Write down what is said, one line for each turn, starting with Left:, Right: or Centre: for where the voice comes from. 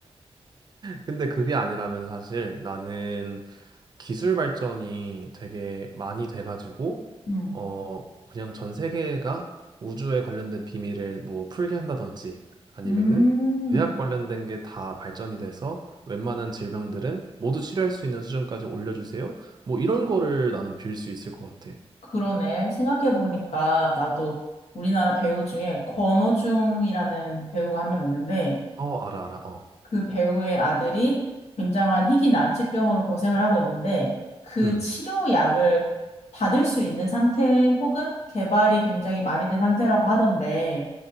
Right: 근데 그게 아니라면 사실 나는 기술 발전이 되게 많이 돼가지고
Left: 음,
Right: 어 그냥 전 세계가 우주에 관련된 비밀을 뭐 풀게 한다든지 아니면은
Left: 음,
Right: 의학 관련된 게 다 발전이 돼서 웬만한 질병들은 모두 치료할 수 있는 수준까지 올려주세요. 뭐 이런 거를 나는 빌 수 있을 것 같아.
Left: 그러네. 생각해보니까 나도 우리나라 배우 중에 권오중이라는 배우가 한 명 있는데
Right: 어 알아 알아 어.
Left: 그 배우의 아들이 굉장한 희귀 난치병으로 고생을 하고 있는데 그
Right: 음.
Left: 치료약을 받을 수 있는 상태 혹은 개발이 굉장히 많이 된 상태라고 하던데